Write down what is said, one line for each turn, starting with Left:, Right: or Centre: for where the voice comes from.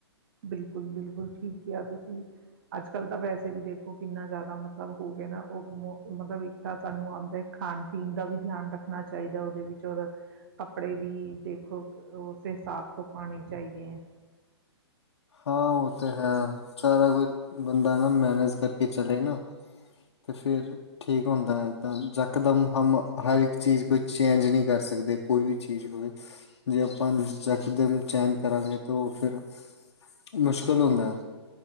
Right: ਬਿਲਕੁਲ ਬਿਲਕੁਲ ਠੀਕ ਕਿਹਾ ਤੁਸੀਂ। ਅੱਜ ਕੱਲ੍ਹ ਤਾਂ ਵੈਸੇ ਵੀ ਦੇਖੋ ਕਿੰਨਾ ਜ਼ਿਆਦਾ ਮਤਲਬ ਹੋ ਗਿਆ ਨਾ ਉਹ ਮ ਮਤਲਬ ਇੱਕ ਤਾਂ ਸਾਨੂੰ ਆਪਦਾ ਖਾਣ ਪੀਣ ਦਾ ਵੀ ਧਿਆਨ ਰੱਖਣਾ ਚਾਹੀਦਾ ਉਹਦੇ ਵਿੱਚ ਔਰ ਕੱਪੜੇ ਵੀ ਦੇਖੋ ਉਸ ਹਿਸਾਬ ਤੋਂ ਪਾਉਣੇ ਚਾਹੀਦੇ ਹੈ।
Left: ਹਾਂ ਉਹ ਤਾਂ ਹੈ ਸਾਰਾ ਕੁਝ ਬੰਦਾ ਨਾ ਮੈਨੇਜ ਕਰਕੇ ਚਲੇ ਨਾ। ਤੇ ਫਿਰ ਠੀਕ ਹੁੰਦਾ ਏਦਾਂ ਯਕਦਮ ਹਮ ਹਰ ਇੱਕ ਚੀਜ਼ ਕੋਈ ਚੇਂਜ ਨਹੀਂ ਕਰ ਸਕਦੇ। ਕੋਈ ਵੀ ਚੀਜ਼ ਹੋਵੇ ਜੇ ਆਪਾਂ ਯਕਦਮ ਚੈਨ ਕਰਾਂਗੇ ਤਾਂ ਉਹ ਫਿਰ। ਮੁਸ਼ਕਿਲ ਹੁੰਦਾ।